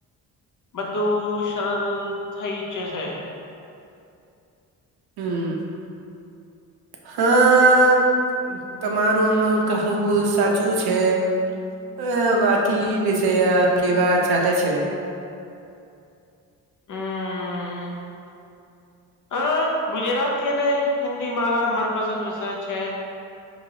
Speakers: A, on the left; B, on the right.
A: બધું સરળ થઈ જશે
B: હમ હા તમારું આમ કહવું સાચું છે અ બાકી વિષયા કેવા ચાલે છે
A: હમ અ ગુજરાતી અને હિન્દી મારા મનપસંદ વિષયો છે